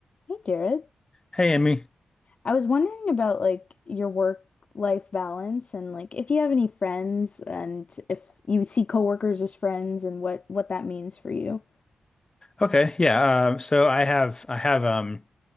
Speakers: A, on the left; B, on the left.
A: Hey Jared,
B: Hey, Emmy.
A: I was wondering about like your work life balance and like if you have any friends and if you see coworkers as friends and what what that means for you.
B: Okay, yeah. Uh, so I have I have um